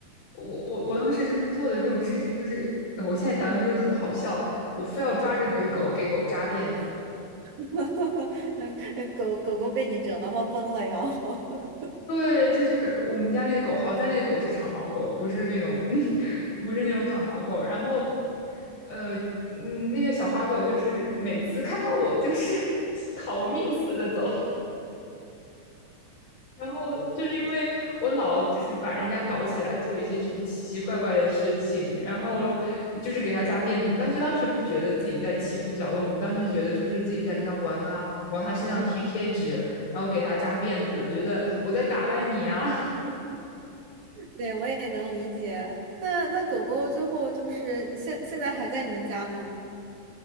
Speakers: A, on the left (about 80°); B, on the right (about 70°).
A: 我我我当时就是做的这种事情，就是我现在想想就是很好笑，我非要抓着那个狗给狗扎辫子。
B: <laughs> 嗯，狗狗狗被你折磨疯了要。<laughs>
A: 对，就是我们家那个狗，好在那个狗是长毛狗，不是那种 <laughs> 不是那种短毛狗。然后，呃，嗯，那个小花狗就是每次看到我就是 <laughs> 逃命似的走。然后就是因为我老就是把人家搞起来做一些这种奇奇怪怪的事情，然后就是给他扎辫子，但是当时不觉得自己在欺负小动物，当时觉得就是自己在跟他玩啊，往他身上贴贴纸，
B: 嗯，
A: 然后给他扎辫子，觉得我在打扮你啊。<laughs>
B: 对，我也能理解。那那狗狗最后就是现现在还在你们家吗？